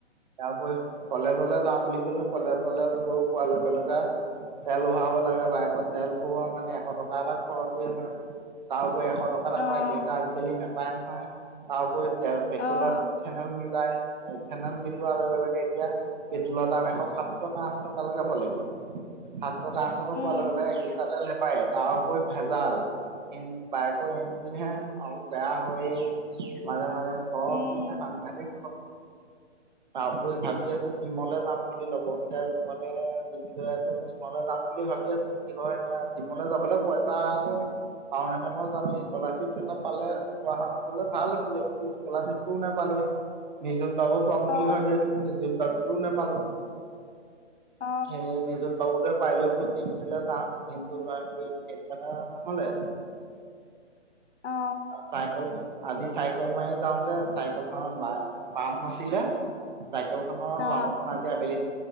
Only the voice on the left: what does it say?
অ',
অ',
অ',
উম
উম
অ
অ
অ
অ